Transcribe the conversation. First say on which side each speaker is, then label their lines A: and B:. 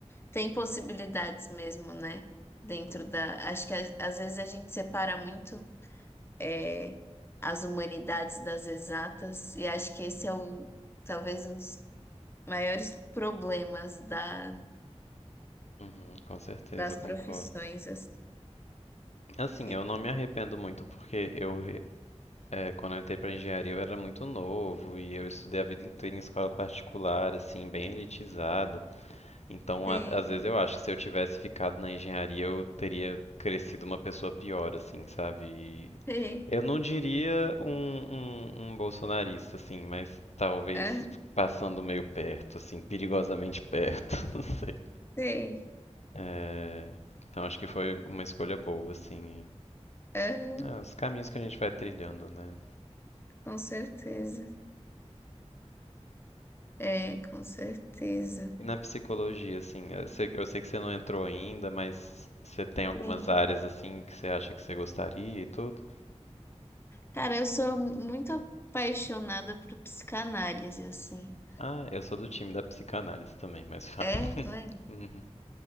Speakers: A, on the left; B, on the left.
A: tem possibilidades mesmo, né? Dentro
B: uhum,
A: da, acho que a- às vezes a gente separa muito é, as humanidades das exatas, e acho que esse é o, talvez um dos maiores problemas da,
B: uhum, com certeza,
A: das
B: eu concordo.
A: profissões, assim.
B: Assim,
A: Fiquei,
B: eu não me arrependo muito porque eu re- é, quando eu entrei para engenharia eu era muito novo e eu estudei a vida inteira em escola particular, assim, bem elitizada. Então,
A: sei,
B: a- às vezes eu acho que se eu tivesse ficado na engenharia, eu teria crescido uma pessoa pior, assim, sabe?
A: sei,
B: Eu não diria um, um, um bolsonarista, assim, mas talvez
A: ah,
B: passando meio perto, assim, perigosamente perto, <laughs> não sei.
A: sei,
B: É, então acho que foi uma escolha boa, assim.
A: ah.
B: e- ah, os caminhos que a gente vai trilhando, né?
A: Com certeza. É, com certeza.
B: E na psicologia, assim, eu sei, eu sei que você não entrou ainda, mas você tem algumas
A: Sim.
B: áreas, assim, que você acha que você gostaria e tudo?
A: Cara, eu sou muito apaixonada por psicanálise, assim.
B: Ah, eu sou do time da psicanálise também, mas fato.
A: É,
B: <laughs>
A: né?
B: Uhum.